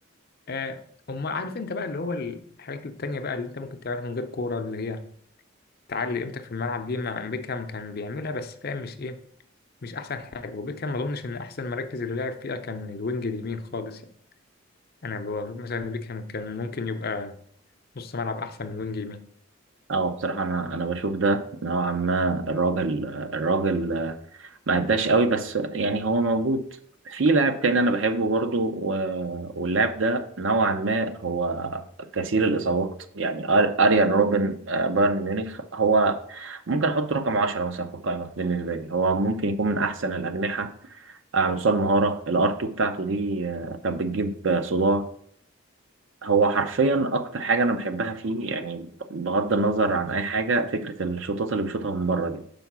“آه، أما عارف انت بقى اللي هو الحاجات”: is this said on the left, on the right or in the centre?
Left